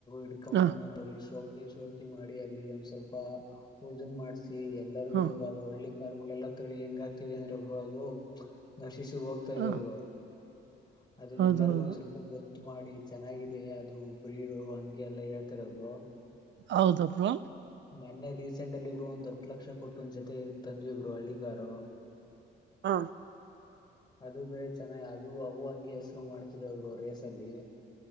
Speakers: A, on the left; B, on the right.
A: ಇಡ್ಕೊಂಡ
B: ಹ
A: ಬಂದಲ್ಲಿ ಶೋಕಿ ಶೋಕಿ ಮಾಡಿ ಅಲ್ಲಿ ಒಂದ್ ಸ್ವಲ್ಪ ಇದನ್ ಮಾಡ್ಸಿ ಎಲ್ಲರಿಗೂ
B: ಹ
A: ಈಗ ಅದು ಹಳ್ಳಿಕಾರಗಳೆಲ್ಲಾ ತಳಿ ಹೆಂಗ ಆಯ್ತದೆ ಅಂದ್ರೆ ಬ್ರೋ ಅದು - ಹೆಚ್ಚಿಗೆ ಹೋಗ್ತಾ ಇದೆ
B: ಹ
A: ಬ್ರೋ ಅದು - ಅದನ್ನ
B: ಹೌದೌದು
A: ಎಲ್ಲರಿಗು ಒಂದ್ ಸ್ವಲ್ಪ ಗೊತ್ತ- ಮಾಡಿ ಚೆನ್ನಾಗಿದೆ ಅದು ಬ್ರೀಡು ಹಂಗೆ ಎಲ್ಲ ಹೇಳ್ತಾರ ಬ್ರೋ
B: ಹೌದಾ ಬ್ರೋ
A: ನನ್ನೆ ರೀಸೆಂಟ್ ಅಲ್ಲಿ ಬ್ರೋ ಒಂದ್ ಹತ್ ಲಕ್ಷ ಕೊಟ್ಟ ಒಂದ್ ಜೊತೆ ಇದು ತಂದ್ವಿ ಬ್ರೋ ಹಳ್ಳಿಗಾರ
B: ಹಾ
A: ಅದು ಬೇರೆ ಚೆನ್ನಾಗಿ ಅದು ಅವು ಹಂಗೆ ಹೆಸರು ಮಾಡ್ತಿದವೇ ಬ್ರೋ ರೇಸಲ್ಲಿ